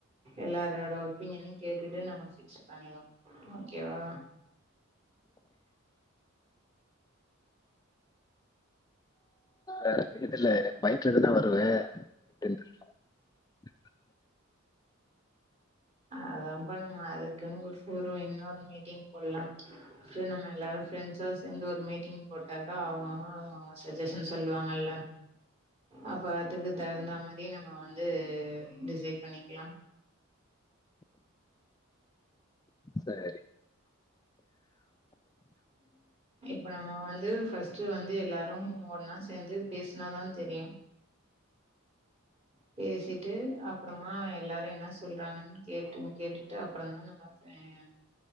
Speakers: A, on the right; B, on the left.
A: எல்லாரோட ஒப்பினியன்னையு கேட்டுட்டு நம்ம ஃபிக்ஸ் பண்ணலா ஓகேவா
B: ஆ <unintelligible> துல்ல பைக்ல தா நா வர் ருவே <unintelligible> <unintelligible>
A: அதாம்பா நம்ம அதுக்குன்னு ஒரு <unintelligible> இன்னொரு மீட்டிங் போடலா சோ நம்ம எல்லாரு ஃபிரண்ட்ஸா சேர்ந்து ஒரு மீட்டிங் போட்டா தா அவுங்கவுங்க அவுங்கவுங்க சஜஷன் சொல்லுவாங்கல்ல அப்ப அதுக்கு தகுந்த மாரி நம்ம வந்து டிசைட் பண்ணிக்லா
B: சரி
A: இப்ப நம்ம வந்து ஃபர்ஸ்ட் டு வந்து எல்லாரும் ஒன்னா சேர்ந்து பேசுனா தா தெரியு பேசிட்டு அப்புறமா எல்லாரு என்ன சொல்றாங்கன் கேட்டு கேட்டுட்டு அப்புறோ தா நம்ம ஏ